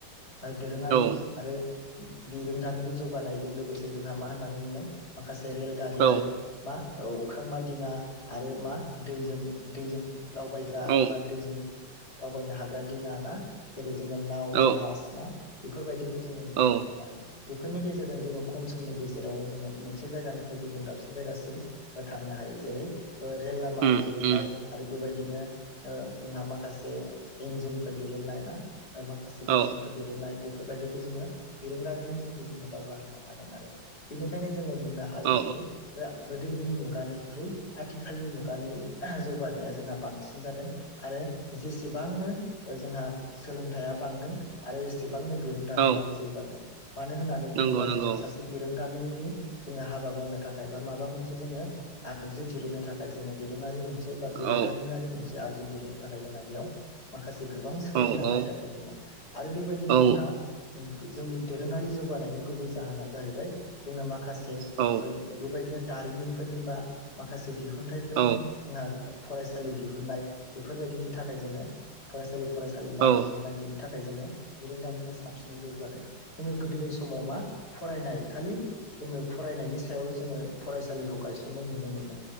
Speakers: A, on the left; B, on the right.
A: आरो दोरोङारि
B: औ
A: आरो बिरोंदामिन जौगानायजों लोगोसे जोंहा मा होननानै बुंदों माखासे रेल गारि
B: औ
A: आरो मा औ अख्रां मा दिङा आरो मा? दैजों दैजों दावबायग्रा
B: औ
A: बा दैजों दावबायनो हाग्रा दिङा ना जेरै जोङो नाव
B: औ
A: जाहाज ना बेफोरबायदिखौ जोङो नुनो
B: औ
A: मोनो। बेफोरनि गेजेरजों जोङो खम समनि गेजेरावनो जोङो मोनसे जायगानिफ्राय गुबुन दाबसे जायगासिम थांनो हायो। जेरै रेल लामा
B: उम
A: दिरुननाय
B: उम
A: आरो बेबायदि बिदिनो ओ जोंहा माखासे इन्जिनफोर दिरुननाय ना? माखासे
B: औ
A: मेसिनफोर दिरुननाय बेफोरबायदि बेखौ जोङो बिरोंदामिननि जोहै जोङो दावगाहोनो हादों आरो। बेनिखायनो जोङो बुंनो हायो
B: औ
A: जे दा गोदो नि मुगानिख्रुइ आथिखालनि मुगानि जौगानाया जोंहा बांसिन जादों आरो जेसेबांनो जोंहा सोलोंथाइया बांदों आरो एसे बांनो बिरोंदामिनाबो
B: औ
A: जौ हादों। मानो होननानै बुङोबा
B: नंगौ नंगौ
A: जोङो सासे बिरोंदामिननि जोङो हाबा मावनो थाखाय बा माबा मोनसे जोङो आगजु दिरुन्नो थाखाय जोङो दोरोङारि मोनसे बा बिरोंदामिनारि
B: औ
A: मोनसे आगजु जिरुन्नो थाखाय जोंहा बेयाव माखासे गोबां सोलोंनां
B: औ औ
A: आयदाफोर दङ'। आरो बेबायदिनो
B: औ
A: जोंहा जोंनि दोरोङारि जौगानायनि गुबै जाहोना जाहैबाय जोङो मा खासे
B: औ
A: ओ बेबायदिनो दारिमिनफोरनि बा मा हासिब दिहुनथाइफोरनि
B: औ
A: जोंहा फरायसालि दिहुननाय। बेफोरबायदिनि थाखाय जोङो फरायसालि फरायसालिमा
B: औ
A: दिरुननाय बेनि थाखाय जोङो बिरोंदामिना साबसिनै जौ हादों। जोङो गोदोनि समाव मा फरायनाय खालि जोङो फरायनायनि सायावल' जोङो फरायसालि खौ गायसननाय नुनो मोनदों